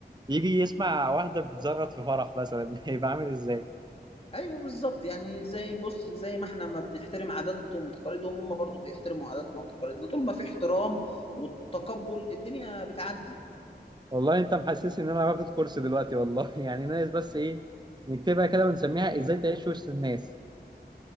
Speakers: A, on the right; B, on the left.
A: يجي يسمع واحده بتزغط في فرح مثلا <laughs> هيبقى عامل ازاي
B: ايوه بالظبط يعني زي بص زي ما احنا ما بنحترم عاداتهم وتقاليدهم هم برضو بيحترموا عاداتنا وتقاليدنا طول ما في احترام وتقبل الدنيا بتعدي
A: والله انت محسس ان انا واخد كورس دلوقتي والله <laughs> يعني ناقص بس ايه نكتبها كده ونسميها ازاي تعيش وسط الناس